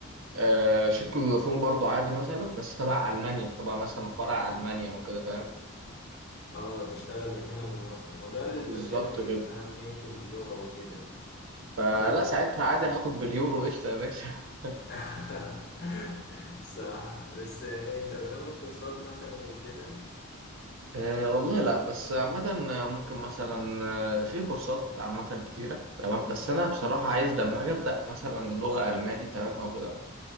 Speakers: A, on the right; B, on the left.
A: آه، شركه فودافون برضو عادي مثلا بس تبع المانيا تبع مثلا فرع المانيا او كده فاهم
B: اه تشتغل من هنا من مصر ما هو ده اللي
A: بالظبط
B: بتكلم فيه
A: كده
B: في أهمية اللغة وكده
A: فلا
B: طب انت
A: ساعتها عادي هاخد باليورو قشطه يا باشا <laughs>
B: <laughs> صح بس انت قدامك كورسات مثلا وكده
A: أه والله لا بس عامة آه، ممكن مثلا آه، في كورسات عامة كتيرة تمام بس أنا بصراحة عايز لما أجي أبدأ مثلا لغة ألماني تمام أو كده